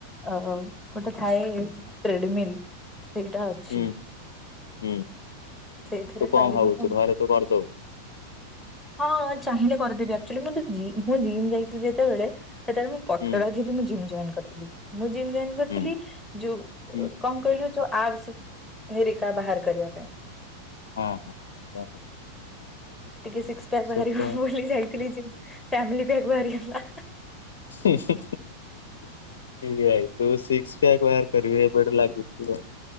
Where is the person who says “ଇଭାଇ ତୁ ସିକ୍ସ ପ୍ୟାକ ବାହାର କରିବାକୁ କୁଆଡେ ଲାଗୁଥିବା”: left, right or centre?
Left